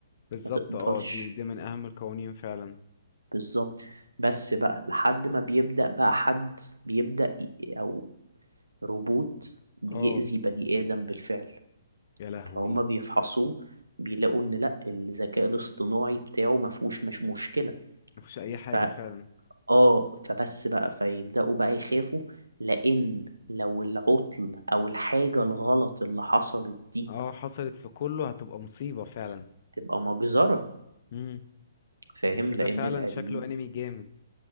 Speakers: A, on the left; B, on the right.
A: بالظبط
B: ما تقدرش
A: اه دي دي من اهم القوانين فعلا
B: بالظبط بس بقى لحد ما بيبدأ بقى حد بيبدأ ي- او روبوت بيأذي
A: اه
B: بني آدم بالفعل
A: يا لهوي
B: فهم بيفحصوه بيلاقوا إن لأ الذكاء الاصطناعي بتاعه مفهوش مش مشكلة
A: مفيش اي حاجة
B: فا
A: فعلا
B: آه فبس بقى فيبدأوا بقى يخافوا لأن لو العطل أو الحاجة الغلط اللي حصلت دي
A: اه حصلت في كله هتبقى مصيبة فعلا
B: تبقى مجزرة
A: مم.
B: فاهم
A: بس ده
B: لأن
A: فعلا
B: الآليين
A: شكله انمي جامد